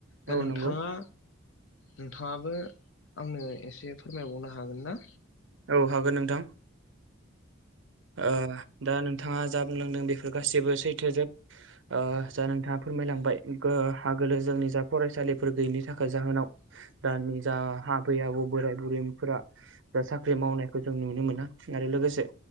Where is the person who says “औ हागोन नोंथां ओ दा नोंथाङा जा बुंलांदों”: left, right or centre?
Right